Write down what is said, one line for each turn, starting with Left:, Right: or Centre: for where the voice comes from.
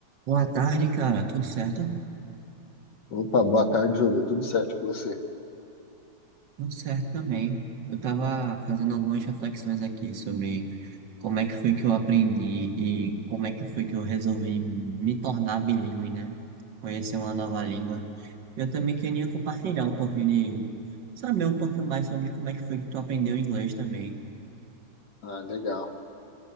Right: Boa tarde, cara. Tudo certo?
Left: Opa, boa tarde, Júlio. Tudo certo com você?
Right: Tudo certo também. Eu tava fazendo algumas reflexões aqui sobre como é que foi que eu aprendi e como é que foi que eu resolvi me tornar bilíngue, né? Conhecer uma nova língua. Eu também queria compartilhar um pouquinho de... Saber um pouquinho mais sobre como é que foi que tu aprendeu inglês também.
Left: Ah, legal.